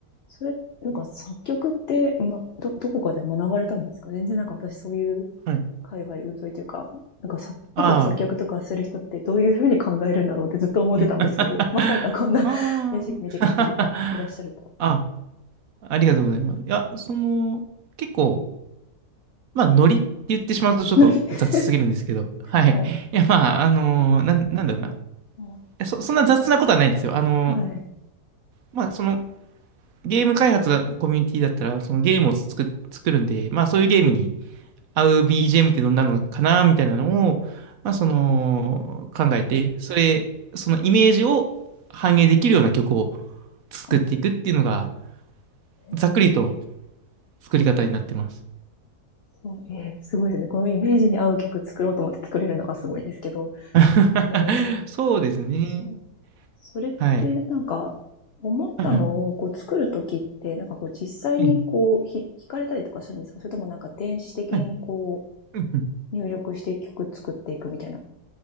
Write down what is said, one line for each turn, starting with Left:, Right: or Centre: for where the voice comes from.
Left: それ、なんか作曲って、ま、ど、どこかで学ばれたんですか？全然なんか私そういう
Right: はい。
Left: 界隈疎いというか、なんか作詞とか作曲とかする人ってどういうふうに考えるんだろうってずっと思ってたんですけど、
Right: ああ。
Left: まさかこんな
Right: <laughs> ああ。
Left: <laughs> 身近身近というか、
Right: <laughs>
Left: いらっしゃるとは。
Right: あ、ありがとうございます。いや、その、結構、まあ、ノリって言ってしまうとちょっと雑すぎるんですけど、
Left: な
Right: はい。
Left: はい。
Right: いや、まあ、あのなん、なんだろうな。い
Left: うん、
Right: やそ、そんな雑なことはないんですよ。あの
Left: はい。
Right: まあ、その、ゲーム開発コミュニティだったら、そのゲームを作、作るんで、まあ、そういうゲームに、
Left: うん、
Right: 合う BGM ってどんなのかなみたいなのを、まあ、その考えて、それ、そのイメージを反映できるような曲を作っていくっていうのが、
Left: はい。えー
Right: ざっくりと作り方になってます。
Left: そう、えーすごいですね。このイメージに合う曲作ろうと思って作れるのがすごいですけど、
Right: <laughs>
Left: ええ、
Right: そうですね。
Left: そうそれってなんか、
Right: はい。
Left: 思ったのをこう作るときって、
Right: はいはい。
Left: なんかこう実際にこうひ弾かれたりとかするんですかそれともなんか電子的にこ
Right: ええはい。うんうん。
Left: う入力して曲作っていくみたいな。